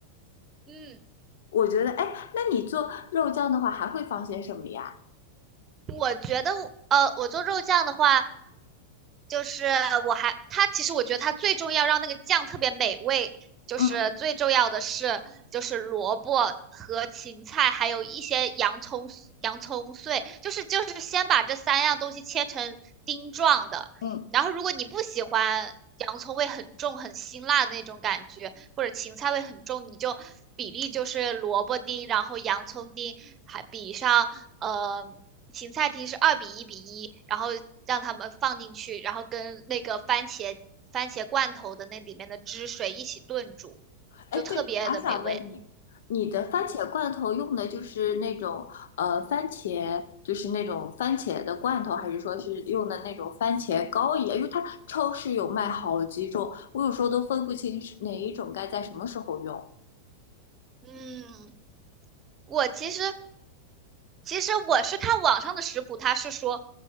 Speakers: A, on the right (about 25°); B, on the left (about 55°).
A: 嗯，
B: 我觉得，哎，那你做肉酱的话，还会放些什么呀？
A: 我觉得呃，我做肉酱的话，就是我还它其实我觉得它最重要让那个酱特别美味，就是最重要的是就是萝卜和芹菜，
B: 嗯
A: 还有一些洋葱洋葱碎，就是就是先把这三样东西切成丁状的，
B: 嗯，
A: 然后如果你不喜欢洋葱味很重很辛辣的那种感觉，或者芹菜味很重，你就比例就是萝卜丁，然后洋葱丁，还比上呃芹菜题是二比一比一，然后让他们放进去，然后跟那个番茄番茄罐头的那里面的汁水一起炖煮，
B: 哎，
A: 就特别的美味。
B: 对，我还想问你，你的番茄罐头用的就是那种呃番茄，
A: 嗯，
B: 就是那种番茄的罐头，还是说是用的那种番茄膏一样？因为它超市有卖好几种，我有时候都分不清是哪一种该在什么时候用。
A: 嗯我其实其实我是看网上的食谱，它是说